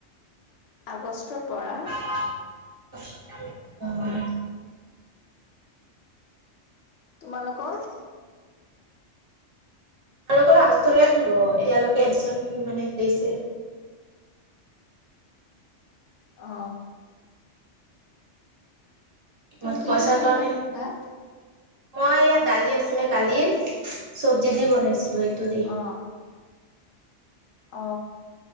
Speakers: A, on the left (about 80°); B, on the right (about 50°).
A: আগষ্টৰ পৰা।
B: <unintelligible>
A: তোমালোকৰ।
B: আৰু অক আগষ্ট লৈকে খুলিব এতিয়ালৈকে এডমিন মানে দিছে।
A: অ তুমি
B: মইতো
A: কি
B: পইচাৰ
A: দি খালা
B: কাৰণে,
A: জানো ভাত
B: মই ইয়াত দালি আছিলে কালিৰ চবজি দি বনাইছিলো এইটো, দি।
A: অ, অ